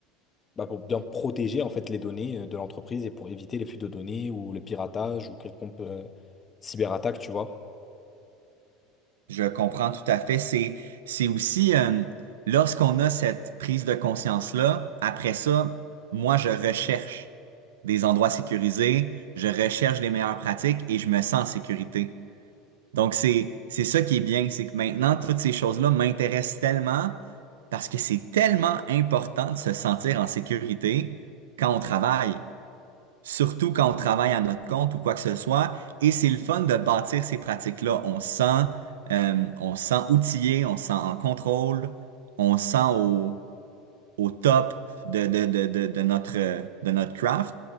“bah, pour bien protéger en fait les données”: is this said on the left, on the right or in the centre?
Left